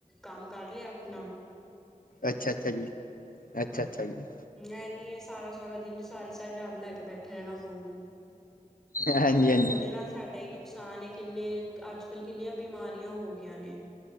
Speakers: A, in the centre; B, on the left.
A: ਕੰਮ ਕਾਰ ਲੇਆ ਆਪਨਾ।
B: ਅੱਛਾ ਅੱਛਾ ਜੀ, ਅੱਛਾ ਅੱਛਾ ਜੀ।
A: ਐ ਨੀ ਐ ਸਾਰਾ, ਸਾਰਾ ਦਿਨ ਸਾਰੀ, ਸਾਰੀ ਰਾਤ ਲੈ ਬੈਠੇ ਰੈਣਾ ਫੋਨ,
B: ਹਾਂਜੀ ਹਾਂਜੀ
A: ਓਦੇ ਨਾਲ ਸਾਡਾ ਈ ਨੂੰ ਨੁਕਸਾਨ ਕਿੰਨੇ, ਅੱਜ-ਕੱਲ ਕਿੰਨੀਆਂ ਬਿਮਾਰੀਆਂ ਹੋ ਗਈਆਂ ਨੇ।